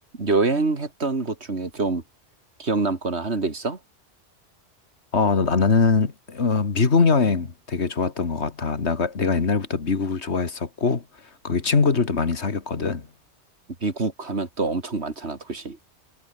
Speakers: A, on the right; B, on the left.
A: 여행했던 곳 중에 좀 기억 남거나 하는 데 있어?
B: 어, 나- 나는 어, 미국 여행 되게 좋았던 것 같아. 내가, 내가 옛날부터 미국을 좋아했었고, 거기 친구들도 많이 사귀었거든.
A: 미국 하면 또 엄청 많잖아, 도시.